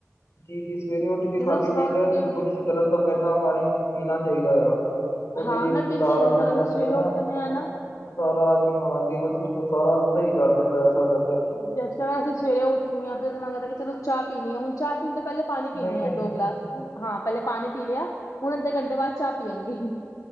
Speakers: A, on the left; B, on the left.
A: ਜੀ ਜੀ ਸਵੇਰੇ ਉੱਠ ਕੇ
B: ਜਦੋਂ
A: ਖਾਲੀ
B: ਸੁਬਾਹ
A: ਪੇਟ
B: ਉੱਠ ਕੇ
A: ਬੁਰਸ਼ ਕਰਨ ਤੋਂ ਪਹਿਲਾਂ ਪਾਣੀ ਪੀਣਾ ਚਾਈਦਾ ਐਗਾ ਉਹ
B: ਹਾਂ
A: ਜਿਹੜੀ
B: ਮੈਂ
A: ਅਪਣੀ
B: ਪੀਂਦੀ
A: ਲਾਰ
B: ਹਾਂ
A: ਅੰਦਰ
B: ਜਿਸ ਤਰ੍ਹਾਂ ਅਸੀਂ
A: ਜਾਂਦੀ
B: ਸਵੇਰੇ
A: ਏ ਨਾ
B: ਉੱਠਦੇ ਹਾਂ ਨਾ
A: ਸਾਰਾ ਜੀ ਹਾਂ ਲੀਵਰ ਸਿਸਟਮ ਸਾਰਾ ਸਈ ਕਰ ਦਿੰਦਾ ਐ ਸਾਡਾ ਚ
B: ਜੈਸ ਟੈਮ ਅਸੀਂ ਸਵੇਰੇ ਉੱਠਣੀ ਆ ਫੇਰ ਅਸੀਂ ਮੰਗਦਾ ਕਿ ਚੋ ਚਾਹ ਪੀਣੀ ਆ ਹੁਣ ਚ ਪੀਣ ਤੋਂ ਪੈਲੇ ਪਾਣੀ ਪੀਨੇ
A: ਨਹੀਂ ਨਹੀਂ
B: ਆ ਦੋ ਗਲਾਸ ਵੀ ਹਾਂ ਪਹਿਲੇ ਪਾਣੀ ਪੀ ਲਿਆ, ਹੁਣ ਅੱਧੇ ਘੰਟੇ ਬਾਦ ਚਾਹ ਪੀਆਂਗੇ।